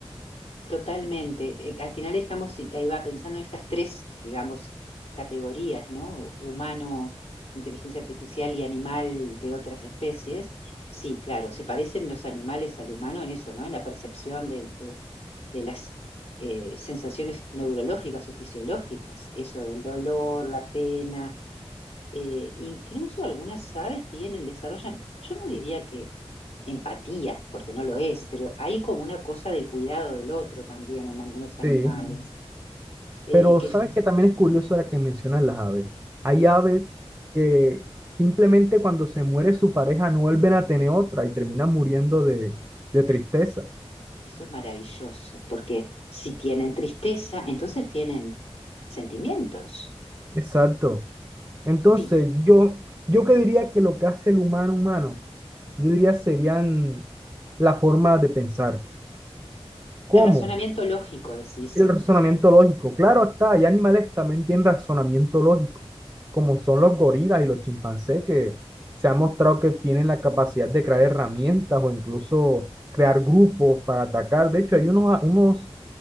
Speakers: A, on the left; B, on the right.
A: Totalmente. Eh, Al final estamos, y te iba pensando en estas tres, digamos, categorías, ¿no? Humano, inteligencia artificial y animal de otras especies. Sí, claro, se parecen los animales al humano en eso, ¿no? En la percepción de, de- de las eh, sensaciones neurológicas o fisiológicas, eso del dolor, la pena, eh, incluso algunas aves tienen, desarrollan, yo no diría que empatía, porque no lo es, pero hay como una cosa de cuidado del otro también en algunos Mm,
B: Sí.
A: animales, eh,
B: Pero
A: que
B: sabes
A: es-
B: que también es curioso ahora que mencionas las aves. Hay aves que simplemente cuando se muere su pareja no vuelven a tener otra y terminan muriendo de, de tristeza.
A: eso es maravilloso, porque si tienen tristeza, entonces tienen sentimientos.
B: Exacto. Entonces,
A: Ti-
B: yo, yo que diría que lo que hace el humano humano, yo diría serían la forma de pensar.
A: El
B: ¿Cómo?
A: razonamiento lógico, decís,
B: el razonamiento lógico. Claro está, hay animales que también tienen razonamiento lógico, como son los gorilas y los chimpancés, que se ha mostrado que tienen la capacidad de crear herramientas o incluso crear grupos para atacar. De hecho, hay unos, unos,